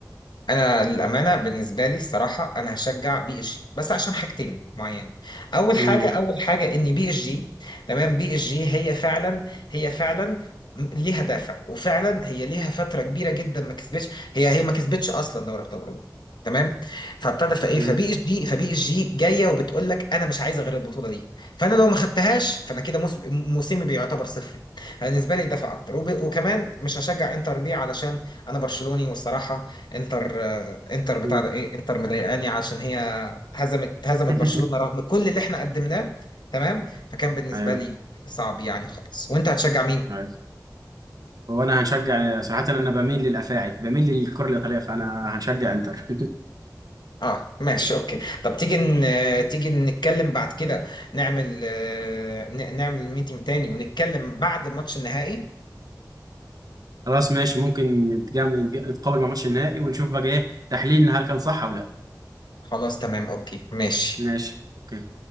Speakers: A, on the left; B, on the right.
A: انا للامانه بالنسبه لي الصراحه انا هشجع بي اس جي بس عشان حاجتين معينه اول
B: مم.
A: حاجه اول حاجه ان بي اس جي تمام بي اس جي هي فعلا هي فعلا م- ليها دافع وفعلا هي ليها فتره كبيره جدا ما كسبتش هي هي ما كسبتش اصلا دوري ابطال اوروبا تمام فابتدى فايه
B: مم.
A: فبي اس جي فبي اس جي جايه وبتقول لك انا مش عايزه غير البطوله دي فانا لو ما خدتهاش فانا كده موس- موسمي بيعتبر صفري بالنسبه لي الدفع اكتر وب... وكمان مش هشجع انتر ليه علشان انا برشلوني والصراحه انتر آه، انتر بتاع
B: مم.
A: ده ايه انتر مضايقاني عشان هي هزمت هزمت
B: <laughs>
A: برشلونة رغم كل اللي احنا قدمناه تمام فكان بالنسبة
B: ايوه
A: لي صعب يعني خالص وانت هتشجع مين؟
B: ايوه هو انا هنشجع صراحه انا بميل للافاعي بميل للكره الايطاليه فانا هنشجع انتر <laughs>
A: اه ماشي اوكي طب تيجي ن... آه، تيجي نتكلم بعد كده نعمل آه، ن... نعمل ميتنج تاني ونتكلم بعد ماتش النهائي
B: خلاص ماشي ممكن نتجام- نتج- نتقابل مع ماتش النهائي ونشوف بقى ايه تحليلنا هل كان صح او لا
A: خلاص تمام اوكي ماشي
B: ماشي اوكي